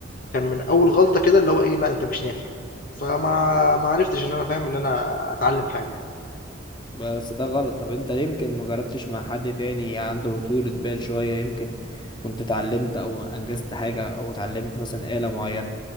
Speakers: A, on the left; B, on the left.
A: كان من أول غلطة كده اللي هو إيه، لأ أنت مش نافع، فما ما عرفتش إن أنا فاهم إن أنا أتعلّم حاجة يعني،
B: بس ده غلط طب انت ليه يمكن ما جربتش مع حد تاني عنده طولة بال شوية يمكن كنت اتعلمت او انجزت حاجة او اتعلمت مثلا آلة معينة